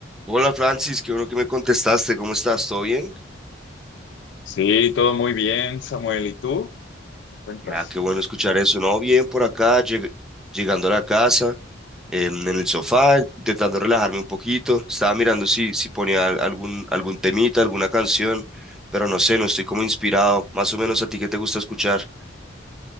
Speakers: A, in the centre; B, on the left (about 65°).
A: Hola Francis, qué bueno que me contestaste, ¿cómo estás? ¿Todo bien?
B: Sí, todo muy bien, Samuel. ¿Y tú? ¿Qué cuentas?
A: Ya, qué bueno escuchar eso, ¿no? Bien por acá, lleg- llegando a la casa, em, en el sofá, intentando relajarme un poquito. Estaba mirando si, si ponía al- algún, algún temita, alguna canción, pero no sé, no estoy como inspirado. Más o menos a ti, ¿qué te gusta escuchar?